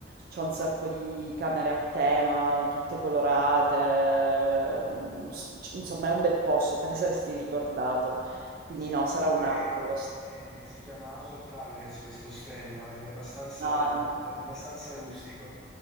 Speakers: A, on the right; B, in the centre.
A: c'è un sacco di camere a tema, tutte colorate, ehm, s- c- insomma è un bel posto, te ne saresti ricordato. Quindi
B: Sì,
A: no,
B: comunque
A: sarà un altro lo st-
B: eh, si chiama House of Travelers questo ostello, è abbastanza,
A: No,
B: è
A: no.
B: abbastanza rustico,